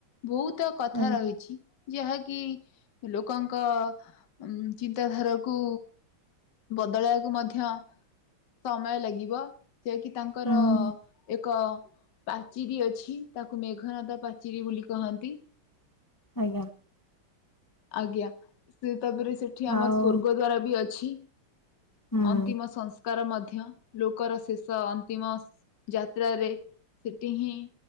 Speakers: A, on the left; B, on the left.
A: ବହୁତ କଥା
B: ଆଜ୍ଞା
A: ରହିଛି। ଯାହାକି ଲୋକଙ୍କ ଉଁ, ଚିନ୍ତାଧାରାକୁ ବଦଳିଆକୁ ମଧ୍ୟ ସମୟ ଲାଗିବ। ଯେ କିି ତାଙ୍କର
B: ହୁଁ
A: ଏକ ପାଚିରି ଅଛି, ତାକୁ ମେଘନାଦ ପାଚିରି ବୋଲି କହନ୍ତି।
B: ଆଜ୍ଞା।
A: ଆଜ୍ଞା, ସେ ତାପରେ ସେଠି ଆମର
B: ଆଉ
A: ସ୍ଵର୍ଗଦ୍ଵାର ବି ଅଛି।
B: ହୁଁ
A: ଅନ୍ତିମ ସଂସ୍କାର ମଧ୍ୟ ଲୋକର ଶେଷ ଅନ୍ତିମ ଯାତ୍ରାରେ ସେଠ ହିଁ